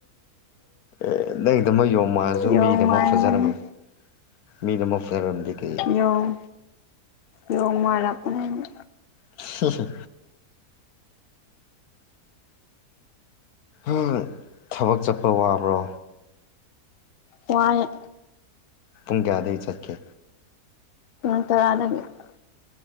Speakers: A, on the left (about 70°); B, on the left (about 55°).
A: ꯑꯦ ꯅꯪꯒꯤꯗꯃꯛ ꯌꯣꯝ ꯃꯥꯜꯁꯨ
B: ꯌꯣꯡ
A: ꯃꯤꯒꯤꯗꯃꯛ
B: ꯃꯥꯟꯕꯅꯦ
A: ꯐꯖꯔꯝꯃꯅꯤ ꯃꯤꯗꯃꯛ ꯐꯖꯔꯝꯗꯤ ꯀꯩ
B: ꯌꯣꯡ ꯌꯣꯡ ꯃꯥꯔꯛꯄꯅꯦ
A: ꯁꯤꯁꯤ <unintelligible> ꯎꯝ ꯊꯕꯛ ꯆꯠꯄ ꯋꯥꯕ꯭ꯔꯣ
B: ꯋꯥꯏ
A: ꯄꯨꯡ ꯀꯌꯥꯗꯒꯤ ꯆꯠꯀꯦ
B: ꯎ ꯇꯔꯥ ꯅꯪ <unintelligible>